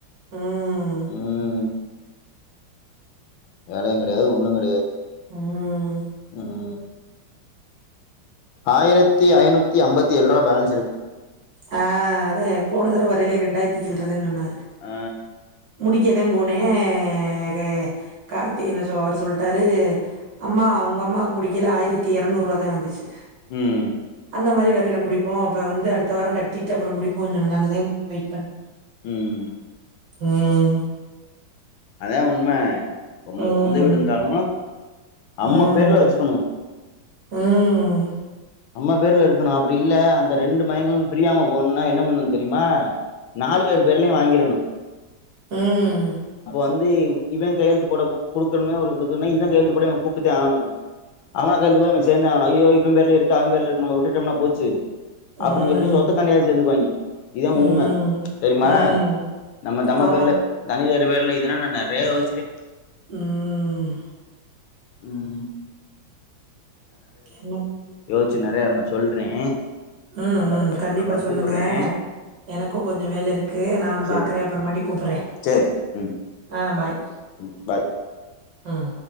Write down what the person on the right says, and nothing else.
ம்
ம்
ஆ அதே போனதட வரையிலே ரெண்டாயிரத்தி சில்றதான் சொன்னாரு
முடிக்கதான் போனேன் கார்த்தி என்ன சொ அவரு சொல்ட்டாரு அம்மா உங்க அம்மாக்கு முடிக்கல ஆயிரத்தி இரநூறு ரூவா தான் வந்துச்சு
அந்த மாரி வேரயில முடிப்போம் அப்ப வந்து அடுத்த வாரம் கட்டிட்டு அப்புறம் முடிப்போம் சொன்ன நாலத வெயிட் பண்ண
உம்
ம்
ம்
ம் ம்
உம்
ம்
ம்
ம்
ஆமாம்
ம்
என் உம்
உம்
உம் கண்டிப்பா
சொல்லுங்க
எனக்கும் கொஞ்சம் வேல இருக்கு நானும்
பாக்குறேன் அப்புறமாட்டி கூப்பு றே
ஆ பாய்
ம்